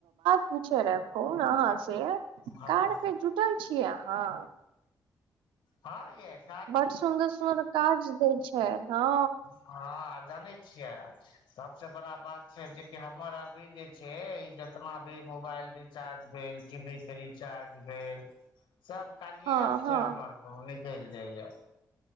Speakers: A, on the right (about 80°); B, on the left (about 80°).
A: पुछय राखु अहाँ से
B: हँ
A: कार पे जुटल छीयै अहाँ।
B: हँ गेस
A: बड सुन्दर सुर काज दै छै हँ
B: हँ आ जनै छियै सबसे बड़ा बात छै जेकि हमर अवी जे छै ई जेतना भी मोबाइल चार्ज भेल टी वी रीचार्ज भेल सब। कारिये
A: हँ
B: एप
A: हँ
B: से हमर निकलि जाइया